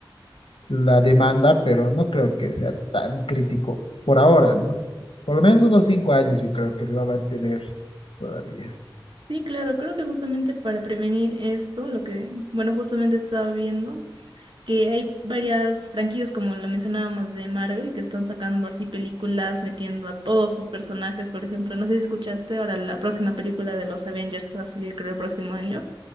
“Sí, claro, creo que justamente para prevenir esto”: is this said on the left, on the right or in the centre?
Right